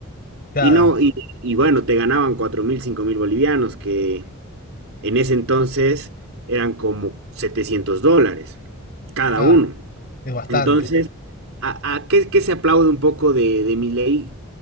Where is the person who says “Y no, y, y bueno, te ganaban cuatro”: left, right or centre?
Right